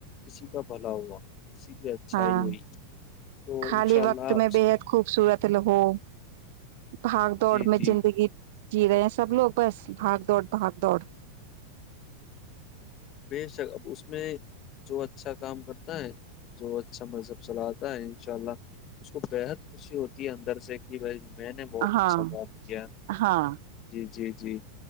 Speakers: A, on the left; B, on the right.
A: کسی کا بھلا ہوا کسی کی اچھائی
B: ہاں
A: ہوئی تو
B: خالی
A: انشاء اللہ
B: وقت میں بےحد خوبصورت ہو بھا دوڑ
A: جی
B: میں
A: جی
B: زندگی جی رہے ہیں سب لوگ بس بھاگ دوڑ بھاگ دوڑ
A: بے شک اب اس میں جو اچھا کام کرتا ہے جو اچھا مذہب چلاتا ہے ان شاء اللہ اس کو بےحد خوشی ہوتی ہے اندر جیسے کہ بھائی میں نے بہت
B: ہاں
A: اچھا کام کیا
B: ہاں
A: جی جی جی